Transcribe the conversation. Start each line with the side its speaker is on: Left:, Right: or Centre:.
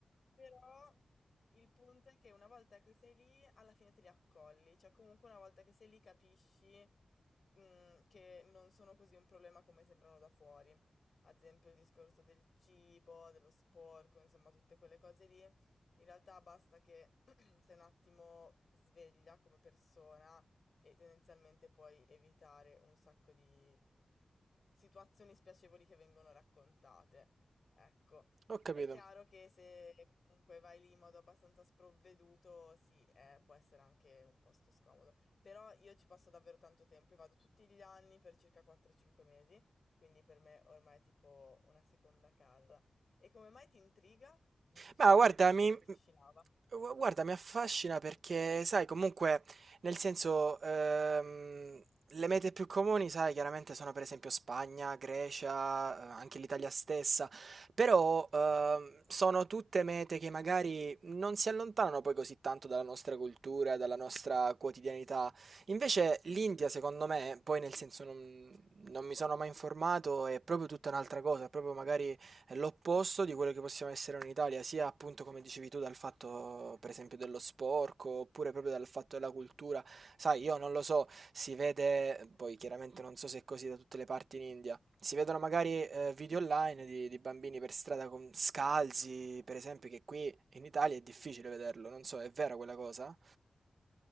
Left: Però il punto è che una volta che sei lì, alla fine te li accolli, cioè comunque una volta che sei lì capisci mm, che non sono così un problema come sembrano da fuori. Ad esempio il discorso del cibo, dello sporco, insomma tutte quelle cose lì. In realtà basta che <clears throat> sei un attimo sveglia come persona e tendenzialmente puoi evitare un sacco di situazioni spiacevoli che vengono raccontate. Ecco.
Right: ho capito.
Left: È chiaro che se comunque vai lì in modo abbastanza sprovveduto, sì, eh, può essere anche un posto scomodo. Però io ci passo davvero tanto tempo, io vado tutti gli anni per circa 4-5 mesi, quindi per me ormai è tipo una seconda casa. E come mai ti intriga? Mi dicevi
Right: Ma guarda,
Left: che comunque
Right: mi,
Left: ti affascinava.
Right: gu- guarda, mi affascina perché, sai, comunque, nel senso, ehm, le mete più comuni, sai, chiaramente sono per esempio Spagna, Grecia, eh, anche l'Italia stessa, però ehm, sono tutte mete che magari non si allontanano poi così tanto dalla nostra cultura, dalla nostra quotidianità. Invece l'India, secondo me, poi nel senso non, non mi sono mai informato, è proprio tutta un'altra cosa, è proprio magari è l'opposto di quello che possiamo essere in Italia, sia appunto come dicevi tu dal fatto per esempio dello sporco, oppure proprio dal fatto della cultura. Sai, io non lo so, si vede, poi chiaramente non so se è così da tutte le parti in India, si vedono magari eh, video online di, di bambini per strada con scalzi, per esempio, che qui in Italia è difficile vederlo, non so, è vera quella cosa?